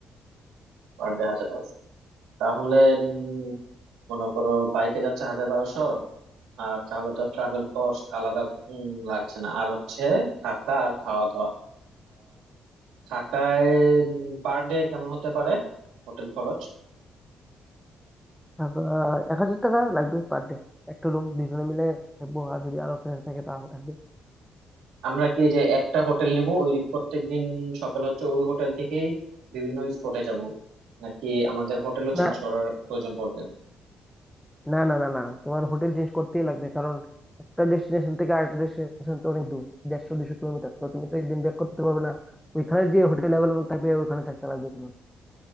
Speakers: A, on the right (about 85°); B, in the centre.
A: Per day হাজার বারোশো তাহলে উম, মনে করো বাইকে যাচ্ছে হাজার বারোশো আর তাহলে তো ট্রাভেল কস্ট আলাদা উম, লাগছে না আর হচ্ছে থাকা আর খাওয়া দাওয়া থাকায় পার ডে কেমন হতে পারে হোটেল খরচ
B: আহ, এক হাজার টাকা লাগবে পার ডে একটা রুম দুজনে মিলে থাকবো আর যদি আরো ফ্রেন্ড থাকে তাহলে থাকবে
A: আমরা কি যে একটা হোটেল নেব ওই প্রত্যেকদিন সকাল হচ্ছে ওই হোটেল থেকেই বিভিন্ন স্পটে যাব নাকি আমাদের হোটেলও
B: না
A: চেঞ্জ করার প্রয়োজন পড়বে
B: না না না না তোমার হোটেল চেঞ্জ করতেই লাগবে কারণ একটা ডেস্টিনেশন থেকে আরেকটা ডেস্টিনেশন তো অনেক দূর দেড়শো দুশো কিলোমিটার তো তুমি তো একদিন ব্যাক করতে পারবে না ওইখানে যে হোটেল অ্যাভেলেবল থাকবে ওইখানে থাকতে লাগবে তোমার